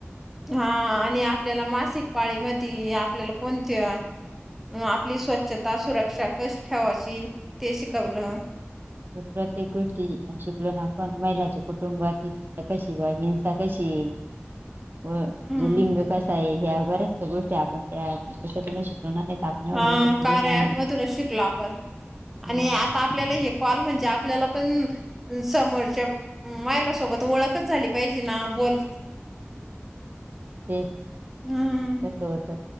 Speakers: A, in the centre; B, on the right.
A: हा आणि आपल्याला मासिक पाळीमध्ये आपल्याला कोणत्या आपली स्वच्छता सुरक्षा कशी ठेवायची ते शिकवलं
B: प्रत्येक गोष्टी शिकलो ना आपण महिलाच्या कुटुंबातील कशी बा हिंसा कशी आहे
A: हम्म.
B: जे लिंग कसा आहे ह्या बऱ्याच गोष्टी आपण ॲप त्याच्यातून शिकलो <inaudible>
A: हा
B: थोडी
A: कार्य
B: नाही
A: ॲप मधूनच शिकलो आपण
B: हम्म
A: आणि आ ता आपल्याला हे कॉल म्हणजे, आपल्याला पण समोरच्या महिलासोबत ओळखच झाली पाहिजे ना बोल
B: <inaudible> त
A: हम्म.
B: होत.